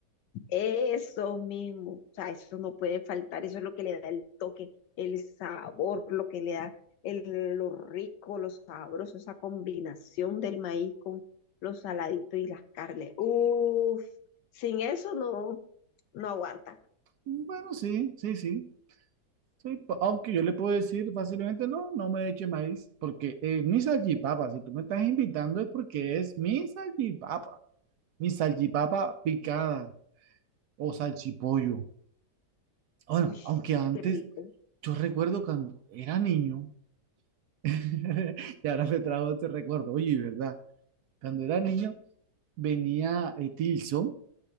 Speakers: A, on the left; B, on the right.
A: Eso mismo, o sea, eso no puede faltar, eso es lo que le da el toque, el sabor, lo que le da el, lo rico, lo sabroso, esa combinación del maíz con los saladitos y las carnes. Uf, sin eso no, no aguanta.
B: Bueno, sí, sí, sí, sí. pa- Aunque yo le puedo decir fácilmente, no, no me eche maíz, porque es mi salchipapa. Si tú me estás invitando es porque es mi salchipapa. Mi salchipapa picada o salchipollo. Bueno,
A: Uy,
B: aunque antes
A: qué rico.
B: yo recuerdo cuando era niño, <laughs> y ahora me trajo este recuerdo. Oye, ¿verdad? Cuando era niño, venía eh, Tilson